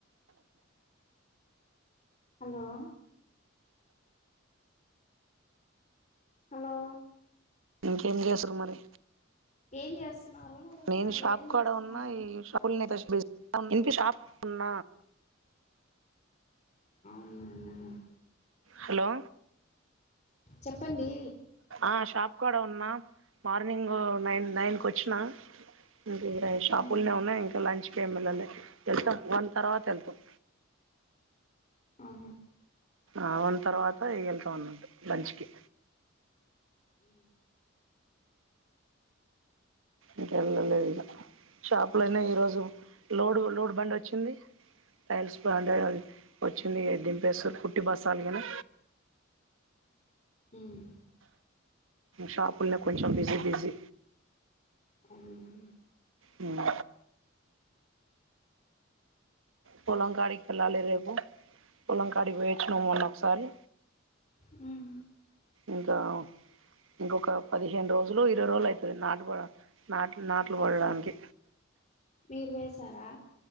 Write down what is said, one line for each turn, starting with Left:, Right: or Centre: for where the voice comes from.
Left: హలో హలో
Right: ఇంకేం చేసురు మరి
Left: ఏం చేస్తున్నారు అని అడుగుతున్నా
Right: నేను
Left: మీరేం
Right: షాప్ కాడా
Left: చేస్తున్నారు
Right: ఉన్నా ఈ షపుల్ నే బిజి ఇంకా షాప్ ఉన్న
Left: అవునవును
Right: హలో
Left: చెప్పండి
Right: ఆ షాప్ కూడా ఉన్నా మార్నింగ్ నైన్ నైన్కి వచ్చినా ఇంకా ఇడ షాపులనే
Left: ఆ
Right: ఉన్నా ఇంకా లంచ్ కి ఏం వెళ్ళలే వెళ్తాం వన్ తర్వాత వెళ్తాం
Left: ఆహా
Right: ఆ వన్ తర్వాత వెళ్తాం అన్నట్టు లంచ్ కి
Left: హ్మ్
Right: ఇంకెళ్ళలేదు ఇక షాపులోనే ఈరోజు లోడ్ లోడ్ బండ్ వచ్చింది టైల్స్ బాండ్య వచ్చింది ఎ దింపేస్త పుట్టి బస్తాలి కానీ
Left: హ్మ్
Right: షాపుల్నే కొంచెం బిజీ బిజీ
Left: అవును
Right: హ్మ్ పొలం కాడికి వెళ్ళాలి రేపు పొలం కాడికి పోయి వచ్చిన మొన్న ఒకసారి
Left: హ్మ్
Right: ఇంకా ఇంకొక పదిహేను రోజులు ఇరవై రోజులు అయితది నాటుపడ నాట్లు నాట్లు పడడానికి
Left: మీరు వేశారా